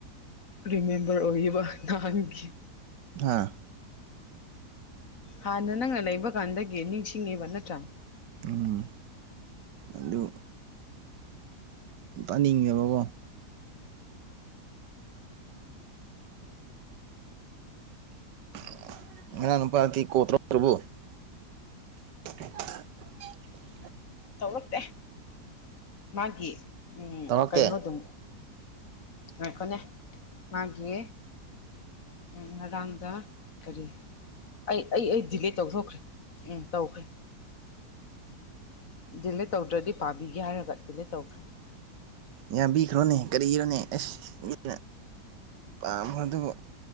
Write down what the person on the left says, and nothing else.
ꯔꯤꯃꯦꯝꯕꯔ ꯑꯣꯏꯕ ꯅꯍꯥꯟꯒꯤ
ꯍꯥꯟꯅ ꯅꯪꯅ ꯂꯩꯕ ꯀꯥꯟꯗꯒꯤ ꯅꯤꯡꯁꯤꯡꯉꯤꯕ ꯅꯠꯇ꯭ꯔꯥ
ꯇꯧꯔꯛꯇꯦ ꯃꯥꯒꯤ ꯎꯝ
ꯀꯩꯅꯣꯗꯨꯝ ꯉꯥꯏꯈꯣꯅꯦ ꯃꯥꯒꯤ ꯎꯝ ꯉꯔꯥꯡꯗ ꯀꯔꯤ ꯑꯩ ꯑꯩ ꯑꯩ ꯗꯤꯂꯤꯠ ꯇꯧꯊꯣꯛꯈ꯭ꯔꯦ ꯎꯝ ꯇꯧꯈ꯭ꯔꯦ ꯗꯤꯂꯦ ꯇꯧꯗ꯭ꯔꯗꯤ ꯄꯥꯕꯤꯒꯦ ꯍꯥꯏꯔꯒ ꯗꯤꯂꯦ ꯇꯧꯈ꯭ꯔꯦ